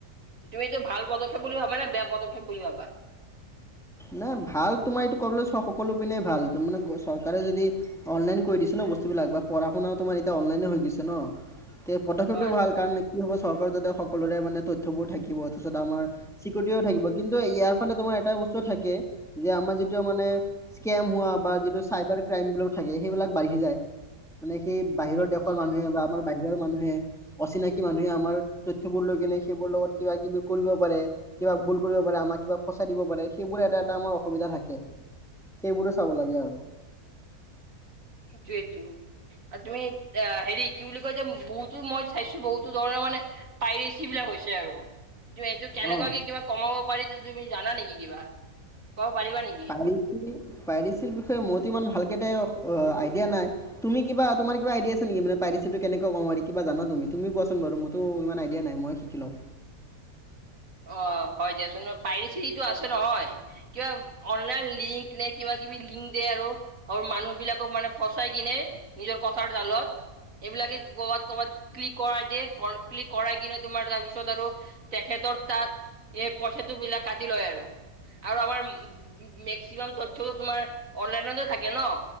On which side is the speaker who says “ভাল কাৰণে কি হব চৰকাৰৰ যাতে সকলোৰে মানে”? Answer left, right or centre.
Centre